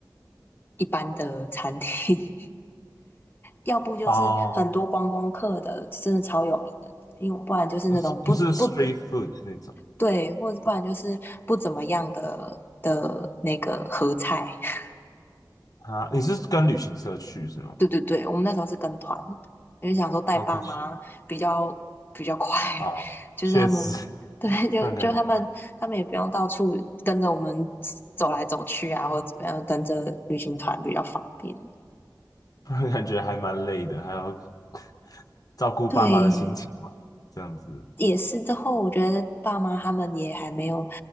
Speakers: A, on the left; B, on the left.
A: 一般的餐厅。要不就是很多观光客的，
B: 哦，
A: 真的超有名的，因为不然就是那种不不
B: 不是不是 street food 那种
A: 对，或者不然就是不怎么样的的那个合菜。<laughs>
B: 啊，你是跟旅行社去是吗？
A: 对对对，我们那时候是跟团，因为想说带爸妈比较比较快，
B: 好可惜啊，
A: <laughs> 就是他们对，
B: 确实，<laughs>
A: 就就他们他们也不用到处跟着我们走来走去啊，
B: 不然感觉
A: 或者怎么样，跟着旅行团比较方便。
B: 不然感觉还蛮累的，还要 <laughs> 照顾爸妈的心情嘛，
A: 对，
B: 这样子。
A: 也是之后，我觉得爸妈他们也还没有